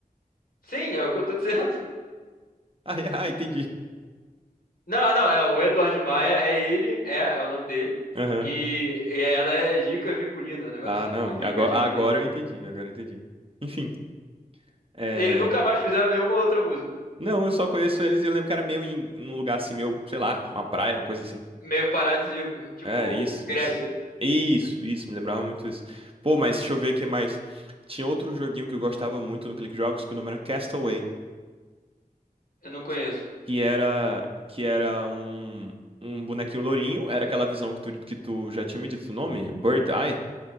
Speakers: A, on the left; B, on the right.
A: Sim, é o que eu tô dizendo. <laughs>
B: Ah, <laughs> ah, entendi.
A: Não, não, é o Eduardo Maia, é ele, é, é o nome dele.
B: Aham.
A: E, e ela é Gica Virgulina, um negócio
B: Ah,
A: assim,
B: não,
A: ou Vica
B: agora,
A: Virgulina.
B: agora eu entendi, agora eu entendi. Enfim, é...
A: Eles nunca mais fizeram nenhuma outra música.
B: Não, eu só conheço eles e eu lembro que era meio em em um lugar assim, meio, sei lá, uma praia, uma coisa assim.
A: Meio paradisíaco, tipo
B: É, isso,
A: Grécia,
B: isso. Isso, isso, me lembrava muito isso. Pô, mas deixa eu ver o que mais. Tinha outro joguinho que eu gostava muito no Click Jogos que o nome era Castaway.
A: eu não conheço.
B: que que era que era um, um bonequinho lourinho, era aquela visão que tu, que tu já tinha me dito o nome, Bird Eye,